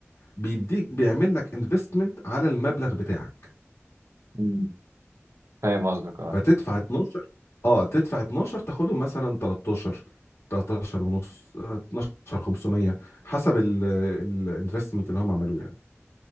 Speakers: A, on the left (about 60°); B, on the right (about 70°).
A: بيديك بيعمل لك انفستمنت على المبلغ بتاعك
B: أمم، فاهم قصدك اه
A: فتدفع 12 اه تدفع 12 تاخدهم مثلا 13 13 ونص آه، 12 500 حسب الانفستمنت اللي هم عملوه يعني